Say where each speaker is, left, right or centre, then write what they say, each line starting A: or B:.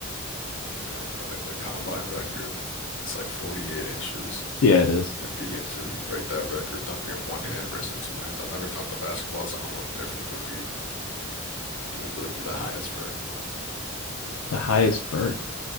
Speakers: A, on the left; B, on the left.
A: You know what I mean, I think the combine record, it's like 48 inches.
B: Yeah, it is.
A: 50 inches, you break that record dunking one hand versus two hands. I've never dunked a basketball, so I don't know what the difference would be. Give me the give me the highest vert.
B: The highest vert.